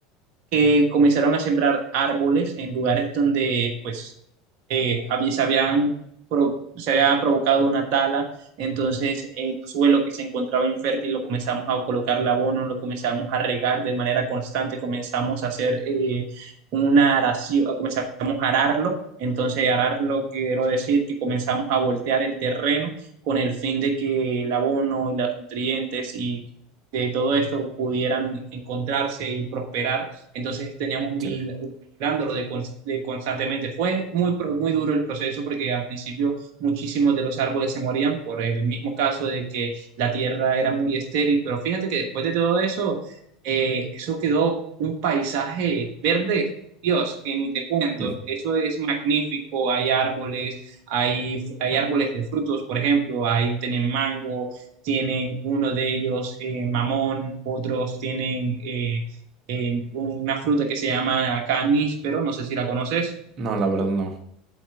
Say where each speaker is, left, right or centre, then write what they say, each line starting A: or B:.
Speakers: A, on the right; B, on the right.
A: que comenzaron a sembrar árboles en lugares donde pues eh, había- se habían pro- se había provocado una tala, entonces el suelo que se encontraba infértil lo comenzamos a colocar el abono, lo comenzamos a regar de manera constante, comenzamos a hacer eh, una aración, comenzamos a ararlo, entonces ararlo quiero decir que comenzamos a voltear el terreno con el fin de que el abono y los nutrientes y de todo esto pudieran encontrarse y prosperar entonces teníamos un
B: sí.
A: vigilándolo de, de constantemente. Fue muy, muy duro el proceso porque al principio muchísimos de los árboles se morían por el mismo caso de que la tierra era muy estéril, pero fíjate que después de todo eso, eh, eso quedó un paisaje verde Dios, que ni te cuento,
B: Mm.
A: eso es magnífico, hay árboles, hay, hay
B: Bueno,
A: árboles de frutos, por ejemplo, ahí tienen mango, tienen uno de ellos eh, mamón, otros tienen eh, en una fruta que se llama caníspero, no sé si la conoces.
B: No, la verdad no.